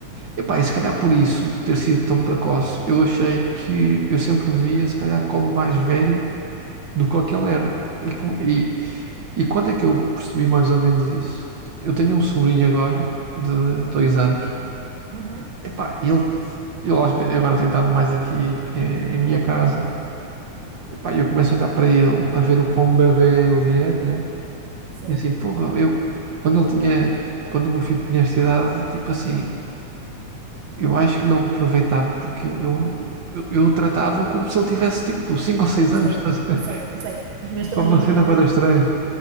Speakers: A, on the right; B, on the right.
A: Epá, e se calhar por isso ter sido tão precoce, eu achei que eu sempre o via, se calhar, como mais velho do que o que ele era. E, com, e, e quando é que eu percebi mais ou menos isso? Eu tenho um sobrinho agora, de dois anos.
B: Uhum.
A: Epá, ele, ele às vezes, agora tem estado mais aqui eh, em minha casa. Epá, eu começo a olhar para ele, a ver o quão bebé ele é, né?
B: Sim.
A: E assim, porra, eu, quando ele tinha, quando o meu filho tinha esta idade, tipo assim. Eu acho que não aproveitava porque eu, eu, eu, eu tratava-o como se ele tivesse tipo 5 ou 6
B: sei,
A: anos, estás a
B: eu
A: ver?
B: sei,
A: <laughs>
B: eu sei. Os meus
A: Tipo
B: também
A: uma
B: iam
A: cena
B: pôr
A: para
B: eh,
A: estranha.